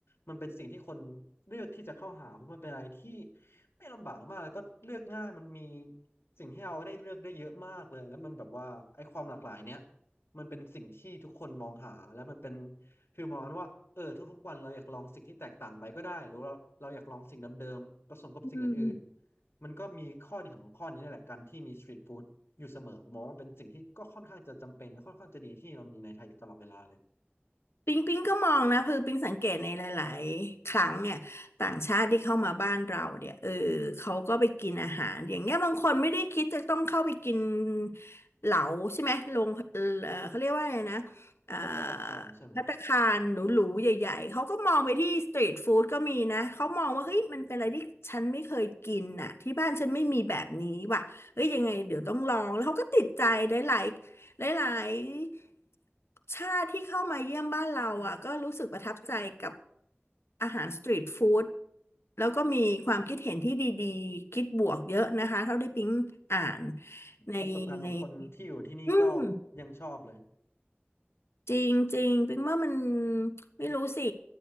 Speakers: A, on the left; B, on the left.
A: มันเป็นสิ่งที่คนเลือกที่จะเข้าหาเพราะมันเป็นอะไรที่ไม่ลำบากมากแล้วก็เลือกง่ายมันมีสิ่งให้เราได้เลือกได้เยอะมากเลยแล้วมันแบบว่าไอ้ความหลากหลายเนี้ยมันเป็นสิ่งที่ทุกคนมองหาและมันเป็น คือประมาณว่าเออทุกๆวันเราอยากลองสิ่งที่แตกต่างไปก็ได้หรือเราเราอยากลองสิ่งเดิมๆผสมกับสิ่งอื่นๆมันก็มีข้อดีของข้อนี้นั่นแหละการที่มีสตรีทฟู้ดอยู่เสมอผมมองว่ามันเป็นสิ่งที่ก็ค่อนข้างจะจำเป็นและค่อนข้างจะดีที่เรามีในไทยอยู่ตลอดเวลาเลย
B: อืม ปิงปิงก็มองนะคือปิงสังเกตในหลายๆครั้งเนี่ยต่างชาติที่เข้ามาบ้านเราเนี่ยเออเขาก็ไปกินอาหารอย่างเงี้ยบางคนไม่ได้คิดจะต้องเข้าไปกินเหลาใช่ไหมลงเออเอ่อเขาเรียกว่าอะไรนะเอ่อ
A: พวกภัตตาคารใช่ไหม
B: ภัตตาคารหรูๆใหญ่ๆเขาก็มองไปที่สตรีทฟู้ดก็มีนะเขามองว่าเฮ้ยมันเป็นอะไรที่ฉันไม่เคยกินน่ะที่บ้านฉันไม่มีแบบนี้ว่ะเฮ้ยยังไงเดี๋ยวต้องลองแล้วเขาก็ติดใจหลาย หลายๆชาติที่เข้ามาเยี่ยมบ้านเราอ่ะก็รู้สึกประทับใจกับอาหารสตรีทฟู้ดแล้วก็มีความคิดเห็นที่ดีๆคิดบวกเยอะนะคะเท่าที่ปิ๊งอ่านในใน
A: ประสบการณ์ของคนที่อยู่ที่นี่ก็
B: อืม
A: ยังชอบเลย
B: จริงจริงปิงว่ามันไม่รู้สิ